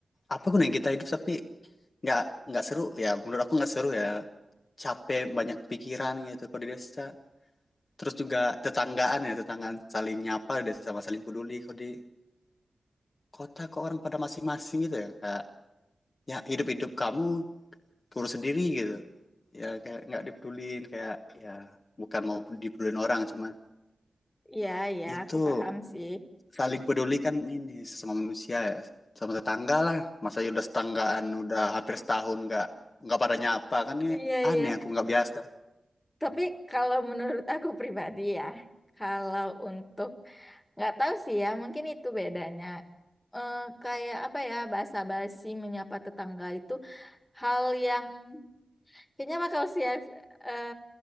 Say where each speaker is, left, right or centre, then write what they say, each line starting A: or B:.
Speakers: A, on the left; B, on the left.
A: apa gunanya kita hidup tapi nggak nggak seru ya menurut aku nggak seru ya capek banyak pikiran gitu kalau di desa Terus juga tetanggaan ya, tetanggaan saling nyapa dan sama saling peduli. Kalau di kota kok orang pada masing-masing gitu ya, kayak ya hidup-hidup kamu kurus sendiri gitu. Ya kayak nggak dipedulin, kayak ya bukan mau dipedulin orang, cuman
B: Iya, iya,
A: itu
B: aku paham sih.
A: saling peduli kan ini sesama manusia ya, sama tetangga lah. Masa ya udah setanggaan, udah hampir setahun nggak nggak pada nyapa kan ya
B: Iya, iya.
A: aneh aku nggak biasa
B: Tapi kalau menurut aku pribadi ya, kalau untuk nggak tahu sih ya, mungkin itu bedanya. Eh, kayak apa ya basa basi menyapa tetangga itu hal yang Kayaknya bakal sia eh,